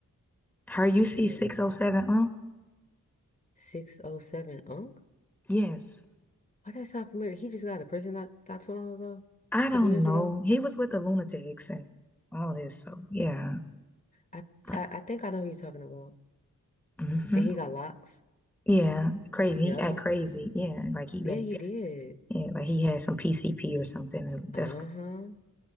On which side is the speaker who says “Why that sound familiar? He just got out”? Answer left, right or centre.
Left